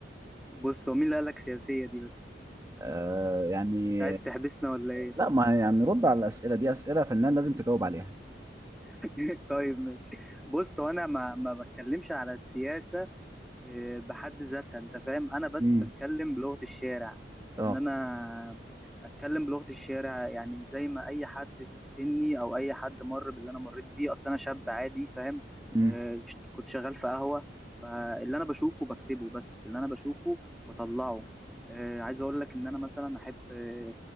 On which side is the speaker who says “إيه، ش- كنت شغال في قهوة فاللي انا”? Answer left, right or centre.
Centre